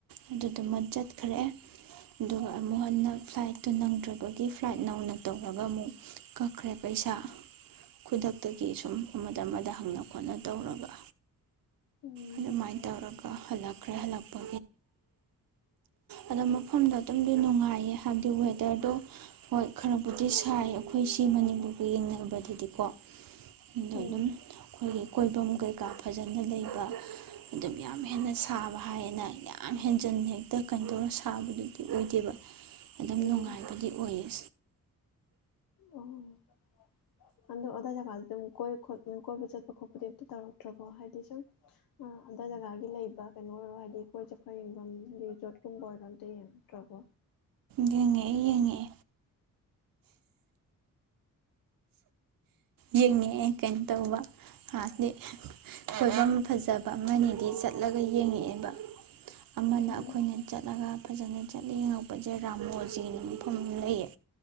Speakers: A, on the right; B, on the left.
A: ꯑꯗꯨꯗꯨꯃ ꯆꯠꯈ꯭ꯔꯦ ꯑꯗꯨꯒ ꯑꯃꯨꯛ ꯍꯟꯅ ꯐ꯭ꯂꯥꯏꯠꯇꯨ ꯅꯪꯗ꯭ꯔꯕꯒꯤ ꯐ꯭ꯂꯥꯏꯠ ꯅꯧꯅ ꯇꯧꯔꯒ ꯑꯃꯨꯛ ꯀꯛꯈ꯭ꯔꯦ ꯄꯩꯁꯥ ꯈꯨꯗꯛꯇꯒꯤ ꯁꯨꯝ ꯑꯃꯗ ꯑꯃꯗ ꯍꯪꯅ ꯈꯣꯠꯅ ꯇꯧꯔꯒ
B: ꯎꯝ
A: ꯑꯗꯨꯃꯥꯏꯅ ꯇꯧꯔꯒ ꯍꯜꯂꯛꯄ ꯈ꯭ꯔ ꯍꯅꯛꯄ ꯑꯗꯣ ꯃꯐꯝꯗ ꯑꯗꯨꯝꯗꯤ ꯅꯨꯡꯉꯥꯏꯌꯦ ꯑꯗꯨ ꯋꯦꯗ꯭ꯔꯗꯣ ꯍꯣꯏ ꯈꯔꯕꯨꯗꯤ ꯁꯥꯏ ꯑꯩꯈꯣꯏ ꯁꯤ ꯃꯅꯤꯄꯨꯔꯒ ꯌꯦꯡꯅꯕꯗꯗꯤꯀꯣ ꯑꯗꯣ
B: ꯎꯝ ꯎꯝ
A: ꯑꯗꯨꯝ ꯑꯩꯈꯣꯏꯒꯤ ꯀꯣꯏꯐꯝ ꯀꯩꯀꯥ ꯐꯖꯅ ꯂꯩꯕ ꯑꯗꯨꯝ ꯌꯥꯝ ꯍꯦꯟꯅ ꯁꯥꯕ ꯍꯥꯏꯌꯦꯅ ꯌꯥꯝ ꯍꯦꯟꯖꯤꯟ ꯍꯦꯛꯇ ꯀꯩꯅ ꯇꯧꯔ ꯁꯥꯕꯗꯨꯗꯤ ꯑꯣꯏꯗꯦꯕ ꯑꯗꯨꯝ
B: ꯎꯝ
A: ꯅꯨꯡꯉꯥꯏꯕꯗꯤ ꯑꯣꯏꯌꯦ
B: ꯑꯣ ꯑꯗꯣ ꯑꯗꯥꯏ ꯖꯒꯥꯗ ꯑꯗꯨꯝ ꯀꯣꯏ ꯀꯣꯏꯕ ꯆꯠꯄ ꯈꯣꯠꯄꯗꯤ ꯑꯝꯇ ꯇꯧꯔꯛꯇ꯭ꯔꯕꯣ ꯍꯥꯏꯗꯤ ꯁꯨꯝ ꯑꯗꯥꯏ ꯖꯒꯥꯒꯤ ꯂꯩꯕ ꯀꯩꯅꯣ ꯑꯣꯏꯔꯣ ꯍꯥꯏꯗꯤ ꯀꯣꯏ ꯆꯠꯄ ꯌꯦꯡꯐꯝ ꯍꯥꯏꯗꯤ ꯔꯤꯖꯣꯔꯠꯀꯨꯝꯕ ꯑꯣꯏꯔꯣ ꯑꯝꯇ ꯌꯦꯡꯉꯛꯇ꯭ꯔꯕꯣ
A: ꯌꯦꯡꯉꯛꯏ ꯌꯦꯡꯉꯛꯏ ꯌꯦꯡꯉꯛꯑꯦ ꯀꯩꯅꯣ ꯇꯧꯕꯗꯤ ꯀꯣꯏꯕꯝ ꯐꯖꯕ ꯑꯃꯅꯤꯗꯤ ꯆꯠꯂꯒ ꯌꯦꯡꯉꯛꯑꯦꯕ ꯑꯃꯅ
B: ꯑꯥ ꯑꯥ
A: ꯑꯩꯈꯣꯏꯅ ꯆꯠꯂꯒ ꯐꯖꯅ ꯆꯠ ꯔꯥꯃꯣꯖꯤꯅ ꯃꯐꯝ ꯂꯩꯌꯦ